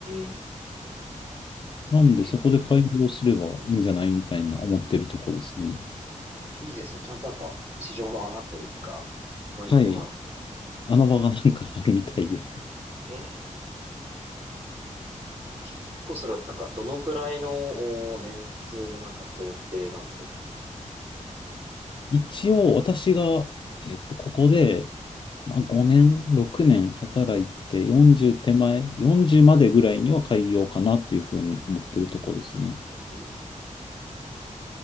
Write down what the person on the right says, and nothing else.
え、
じゃ結構いいですね。ちゃんとなんか、市場の穴というか、ポイントが
ある。へえ。結構それはなんかどのくらいのお年数のなんか想定なんですか今のステップで
言う。うん。です